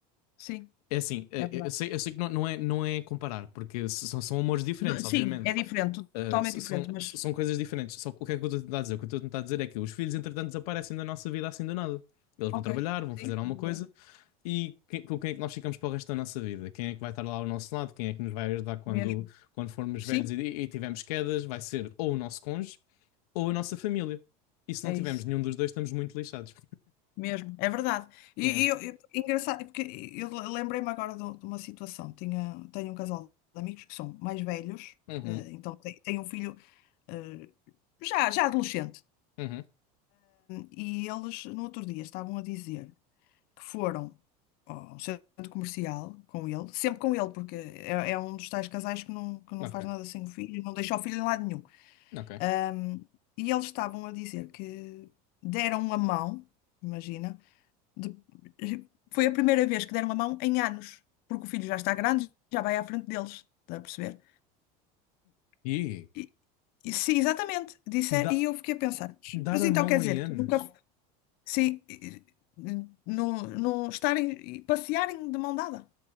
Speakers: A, on the left (about 55°); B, on the left (about 80°).
A: Sim,
B: É assim, eh,
A: é verdade.
B: eu sei, eu sei que não, não é, não é comparar, porque s- são, são amores diferentes,
A: Não, sim,
B: obviamente.
A: é diferente,
B: Uh,
A: totalmente
B: s-
A: diferente,
B: são,
A: mas
B: s- são coisas diferentes. Só que o que é que eu estou a tentar dizer? O que eu estou a tentar dizer é que os filhos, entretanto, desaparecem da nossa vida assim do nada. Eles
A: ok,
B: vão trabalhar, vão
A: sim,
B: fazer
A: é
B: alguma
A: verdade,
B: coisa e que- com quem é que nós ficamos para o resto da nossa vida? Quem é que vai estar lá ao nosso lado? Quem é que nos vai ajudar quando,
A: mesmo.
B: quando formos
A: Sim,
B: velhos e, e tivermos quedas? Vai ser ou o nosso cônjuge ou a nossa família. E se
A: é
B: não tivermos
A: isso.
B: nenhum dos dois, estamos muito lixados.
A: Mesmo, é verdade. E,
B: Yeah.
A: e eu, eu- engraçado, porque eu le- lembrei-me agora de, de uma situação. Tinha, tenho um casal de amigos que são mais velhos,
B: Uhum,
A: eh, então tem, tem um filho eh, já, já adolescente.
B: uhum.
A: E eles, no outro dia, estavam a dizer que foram ao centro comercial com ele, sempre com ele, porque é, é um dos tais casais que não, que não
B: Ok,
A: faz nada sem o filho, não deixa o filho em lado nenhum.
B: ok.
A: Ahm, e eles estavam a dizer que deram a mão, imagina de- Foi a primeira vez que deram a mão em anos, porque o filho já está grande, já vai à frente deles, está a perceber?
B: E
A: E, e sim, exatamente, disse,
B: dá-
A: e eu fiquei a pensar,
B: dar
A: mas
B: a
A: então
B: mão
A: quer dizer,
B: em anos.
A: tu nunca, sim, e- e- não, não estarem, e passearem de mão dada,